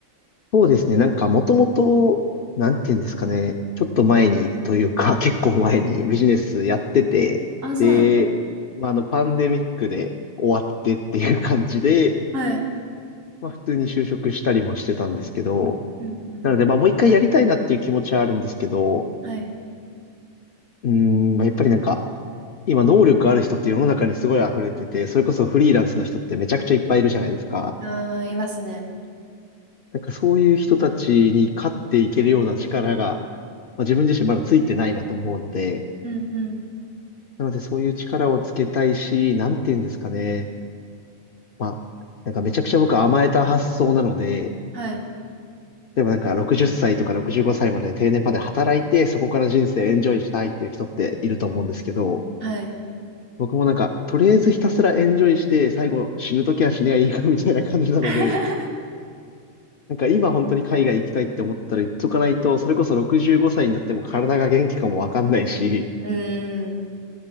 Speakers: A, on the left (about 60°); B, on the right (about 70°).
A: そうですね、なんかもともと、なんていうんですかね、ちょっと前にというか、<laughs> 結構前にビジネスやってて、
B: あ、そうなの
A: で、まああのパンデミックで終わってっていう感じで、
B: はい。
A: まあ普通に就職したりもしてたんですけど、
B: うんうん。
A: なのでまあもう一回やりたいなっていう気持ちはあるんですけど、
B: はい。
A: うーん、まあやっぱりなんか、今能力ある人って世の中にすごい溢れてて、それこそフリーランスの人ってめちゃくちゃいっぱいいるじゃないですか。
B: あー、いますね。
A: なんかそういう人たちに勝っていけるような力が、まあ、自分自身まだついてないなと思うので、
B: うんうん。
A: なのでそういう力をつけたいし、なんて言うんですかね。まあ、なんかめちゃくちゃ僕甘えた発想なので、
B: はい。
A: でもなんか60歳とか65歳まで定年まで働いて、そこから人生エンジョイしたいっていう人っていると思うんですけど、
B: はい。
A: 僕もなんか、とりあえずひたすらエンジョイして、最後死ぬときは死ねばいいかみたいな感じなので、
B: <laughs>
A: なんか今本当に海外行きたいって思ったら行っとかないと、それこそ65歳になっても体が元気かもわかんないし、
B: うーん。